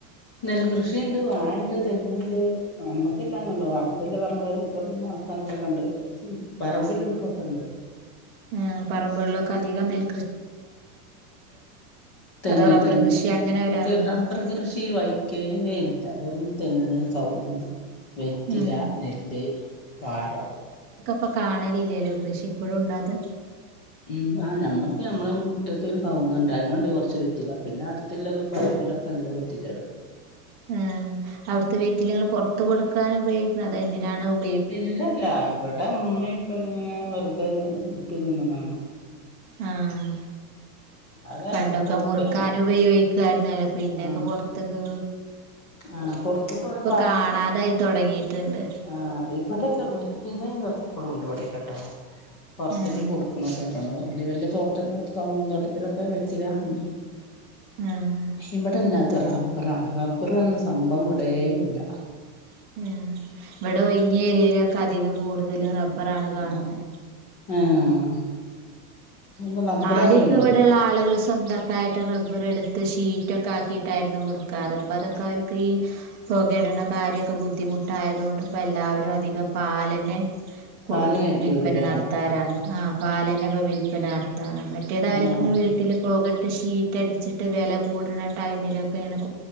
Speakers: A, on the left (about 20°); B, on the right (about 20°).
A: നെൽകൃഷിണ്ട് വാഴണ്ട് തെങ്ങ്ണ്ട് നമ്മക്കില്ലാന്നൊള്ളു അട്ത്തില്ലെ പറമ്പകൾ <unintelligible> ആൾക്കാർക്കൊക്കെ ഉണ്ട് പറമ്പില്ലോർകൊക്കെ ഇണ്ട്
B: ഏഹ് പറമ്പ്കളിലൊക്കെ അധികം നെൽ
A: തെങ്ങ്
B: അതോ റബ്ബർ
A: തെങ്ങ്
B: കൃഷി അങ്ങനെ വരാറുണ്ടോ
A: റബ്ബർ കൃഷി ഈ വയിക്കേ ഇല്ല വെറും തേങ്ങ് കവുങ്ങ് വെറ്റില
B: ആഹ്
A: നെല്ല് വാഴ
B: ഇപ്പ കാണലില്ലല്ലോ കൃഷി ഇപ്പോഴും ഉണ്ടോ അത്
A: ഉം ആഹ് നമ്മക്ക് ഞമ്മള അറ്റത്ത് ഒരു കവുങ്ങ് ഇണ്ട് അയ്മ്മ ഇണ്ട് കുറച്ച് വെറ്റില പിന്നെ അടുത്തില്ലത് <unintelligible> ക്കെ ഇണ്ട് വെറ്റിലകൾ
B: ഉം അവിടത്തെ വെറ്റില ങ്ങൾ പുറത്ത് കൊടു ക്കൻ ഉപയോഗിക്കണത് അത് എന്തിനാണ് ഉ
A: ഇല്ലല്ല ഇവിടെ മ് ഉമ്മേം ഇപ്പേം ക്കെ ഇങ്ങനെ വെറുതെ ഇട്ട്ക്ക്‌ന്നതാണ്
B: ആഹ്
A: അതെ
B: പണ്ടൊക്കെ
A: കൊടുക്കലാണ്
B: മുറുക്കാൻ ഉപയോഗിക്കായിരുന്നല്ലോ അല്ലോ പിന്നെക്കെ
A: ആ
B: പൊറത്ത്ക്ക്‌
A: ആ പുറത്ത <unintelligible> ഇവിടെ
B: കാണാതായി
A: <unintelligible>
B: തുടങ്ങിയിട്ടുണ്ട്
A: ആ ഇവിടൊക്കെ വെറ്റിലേം ഇതൊക്ക ഇപ്പളും ഇണ്ട് ഇവിടൊക്കെ ട്ടോ പുറത്ത്ക്ക്
B: ആഹ്
A: കൊടുക്ക്‌ണൊക്കെ ഇണ് വിടെ വെല്യ വെല്യ തോട്ടത്തില് കവുങ്ങും തോട്ടത്തിലൊക്കെ വെറ്റില ഇണ്ട്
B: ആഹ്
A: ഇബ്ടല്ല റബ്ബറാണ് റബ്ബ് റ് പറഞ്ഞ സംഭവം ഇവിടേ ഇല്ല
B: <inaudible> <unintelligible>
A: <inaudible>
B: കാണുന്നത്
A: <unintelligible>
B: <unintelligible>
A: ഇവിടെ റബ്ബറാണ് പരിപാടി
B: <unintelligible> <unintelligible> <inaudible>
A: പാല് കയറ്റി വിടൂല്ലേ
B: <unintelligible>
A: ആ
B: <unintelligible>